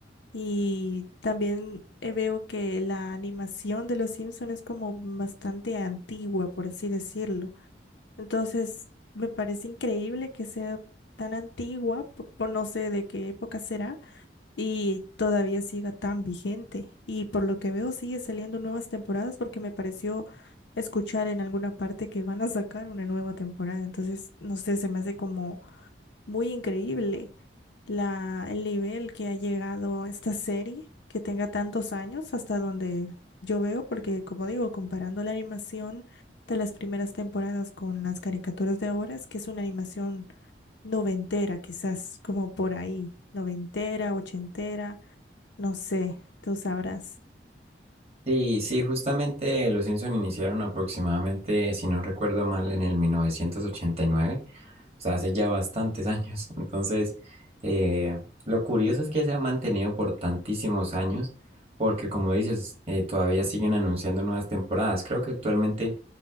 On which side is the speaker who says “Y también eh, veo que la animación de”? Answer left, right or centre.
Left